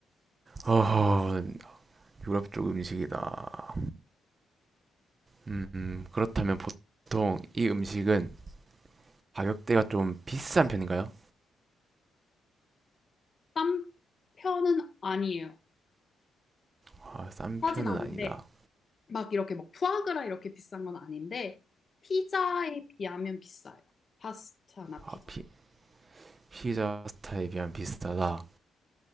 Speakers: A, on the right; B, on the left.
A: 어 유럽 쪽 음식이다. 음, 음, 그렇다면 보통 이 음식은 가격대가 좀 비싼 편인가요?
B: 쌈 편은 아니에요.
A: 아, 싼
B: 하진
A: 편은
B: 않는데
A: 아니다.
B: 막 이렇게 뭐 푸아그라 이렇게 비싼 건 아닌데 피자에 비하면 비싸요. 파스타나 피자에
A: 아, 피, 피자 스타일에 비하면 비싸다.